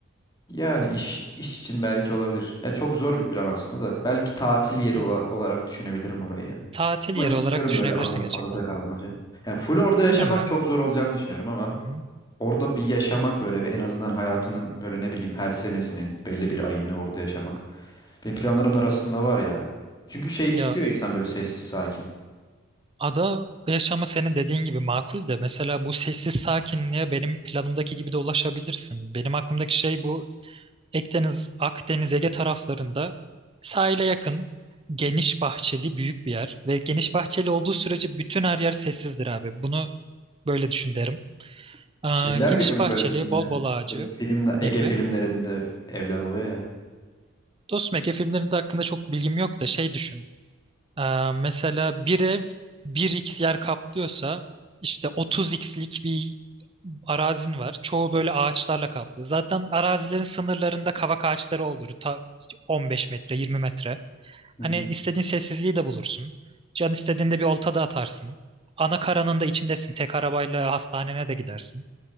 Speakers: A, on the left; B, on the right.
A: Yani iş iş için belki olabilir. Ya çok zor bir plan aslında da. Belki tatil
B: Hı hı.
A: yeri ola- olarak düşünebilirim orayı ya.
B: Tatil
A: Ama
B: yeri
A: istiyorum
B: olarak düşünebilirsin
A: böyle ada,
B: gerçekten.
A: adada kalmaca. Yani full orada yaşamak
B: Bilmiyorum ya.
A: çok zor olacağını düşünüyorum ama.
B: Hı hı.
A: orada bir yaşamak böyle bir en azından hayatının böyle ne bileyim her senesinin belli bir ayını orada yaşamak. Benim planlarım da arasında var ya. Çünkü şey istiyor
B: Ya
A: insan böyle sessiz sakin.
B: ada yaşamı senin dediğin gibi makul de mesela bu sessiz sakinliğe benim planımdaki gibi de ulaşabilirsin. Benim aklımdaki şey bu Akdeniz, Akdeniz, Ege taraflarında sahile yakın, geniş bahçeli büyük bir yer. Ve geniş bahçeli olduğu sürece bütün her yer sessizdir abi. Bunu böyle düşün derim. Aa,
A: Şeyler
B: geniş
A: gibi mi
B: bahçeli,
A: böyle dediğin
B: bol
A: ev?
B: bol ağacı.
A: Böyle filmle Ege
B: Ne gibi?
A: filmlerinde evler oluyor ya.
B: Dostum Ege filmlerinde hakkında çok bilgim yok da şey düşün. Aa, mesela bir ev bir x yer kaplıyorsa işte 30x'lik bir arazin var. Çoğu böyle ağaçlarla kaplı. Zaten arazilerin sınırlarında kavak ağaçları olur. Ta 15 metre, 20 metre.
A: Hı
B: Hani
A: hı.
B: istediğin sessizliği de bulursun. Can istediğinde bir olta da atarsın. Ana karanın da içindesin. Tek arabayla hastanene de gidersin.